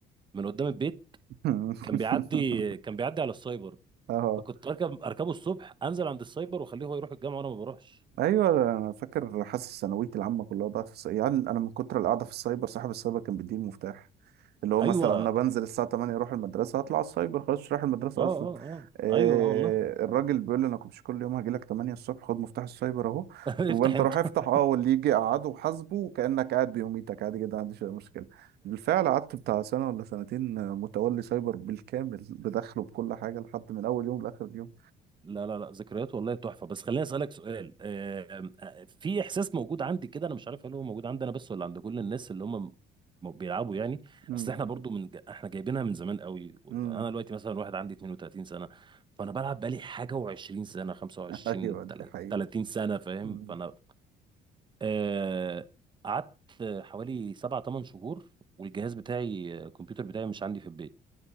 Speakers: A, on the right; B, on the right.
A: من قدام البيت
B: <laughs>
A: كان بيعدي كان بيعدي على السايبر
B: اه
A: فكنت اركب اركبه الصبح انزل عند السايبر واخليه هو يروح الجامعه وانا ما بروحش
B: ايوه انا فاكر حاسس ثانويتي العامه كلها ضاعت في الس... يعني انا من كتر القعده في السايبر صاحب السايبر كان بيديني المفتاح اللي هو
A: ايوه
B: مثلا
A: اه
B: انا بنزل الساعه 8 اروح المدرسه اطلع على السايبر خلاص مش رايح المدرسه
A: اه
B: اصلا
A: اه
B: آه
A: ايوه آه والله
B: الراجل بيقول لي انا كنت كل يوم هاجي لك 8 الصبح خد مفتاح السايبر اهو
A: <laughs>
B: وانت
A: افتح انت
B: روح افتح
A: <laughs>
B: اه واللي يجي قعده وحاسبه وكانك قاعد بيوميتك عادي جدا ما عنديش اي مشكله بالفعل قعدت بتاع سنه ولا سنتين آه، متولي سايبر بالكامل بدخله بكل حاجه لحد من اول يوم لاخر يوم
A: لا لا لا ذكريات والله تحفه بس خليني اسالك سؤال آه، آه، في احساس موجود عندي كده انا مش عارف هل هو موجود عندي انا بس ولا عند كل الناس اللي هم م- بيلعبوا يعني
B: امم
A: اصل احنا برضو من احنا جايبينها من زمان قوي
B: امم
A: انا دلوقتي مثلا واحد عندي 32 سنه فانا بلعب بقالي حاجه و20 سنه 25
B: <laughs> ايوه دي
A: تل-
B: حقيقة
A: 30 سنه فاهم
B: مم.
A: فانا آه، قعدت حوالي 7 8 شهور والجهاز بتاعي الكمبيوتر بتاعي مش عندي في البيت